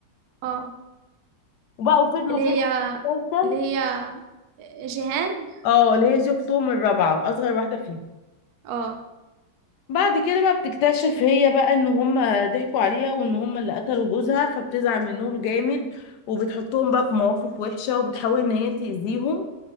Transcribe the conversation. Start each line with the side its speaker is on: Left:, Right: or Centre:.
Right: اه
Left: وبقوا فضلوا
Right: اللي هي
Left: كده
Right: اللي هي جيهان
Left: اه اللي هي دي اختهم الرابعة اصغر واحدة فيهم
Right: اه
Left: بعد كده بقى بتكتشف هي بقى ان هما ضحكوا عليها وان هما اللي قتلوا جوزها فبتزعل منهم جامد وبتحطهم بقى في مواقف وحشة وبتحاول ان هي تأذيهم